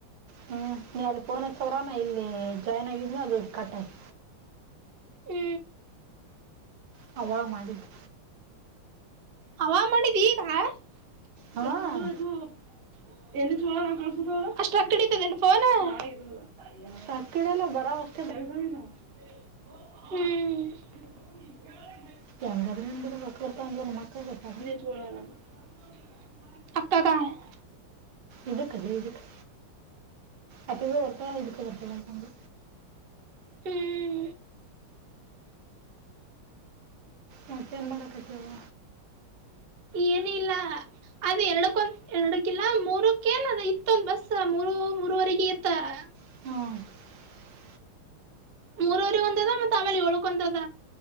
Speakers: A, on the right (about 70°); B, on the right (about 40°).
A: ಹ್ಮ ನೀ ಅಲ್ಲಿ ಪೋನ ಹಚ್ಚವ್ರ ನಾ ಇಲ್ಲಿ ಜಾಯಿನ್ ಆಗಿದ್ನ ಅದು ಕಟ್ ಆತ್
B: ಹ್ಮ
A: ಪಲಾವ್ ಮಾಡಿದ್ದು.
B: ಪಲಾವ್ ಮಾಡಿದ್ದಿ ಈಗ? <unintelligible>
A: ಹಾಂ
B: <unintelligible> ಫೋನ್?
A: <unintelligible>
B: ಹ್ಮ
A: ಹೆಂಗಾದ್ರ ಹಂಗ <unintelligible> ನಿಮ್ ಮಕ್ಕಳ <unintelligible>
B: <unintelligible>
A: ಇದುಕ್ಕದೆ ಇದುಕ್ಕೆ ಅಕ್ಕಿದು ಬರ್ತಳ ಇದುಕ್ಕೆ ಬರ್ತಾಳಂತಂದು
B: ಹುಂ
A: ಮತ್ತೇನ್ ಮಾಡಕತಿಯವ್ವಾ
B: ಏನ ಇಲ್ಲಾ ಅದ್ ಎರಡಕ್ಕೊಂದ ಎರಡಕ್ಕಿಲ್ಲಾ ಮೂರಕ್ಕೇಏನ್ ಅದ ಇತ್ತೊಂದ್ ಬಸ್ ಮೂರು ಮೂರವರೆಗ ಇತ್ತ ಅ
A: ಹ್
B: ಮೂರವರೆಗ ಒಂದ ಅದ ಮತ್ತ ಆಮೇಲೆ ಏಳಕ ಒಂದ ಅದ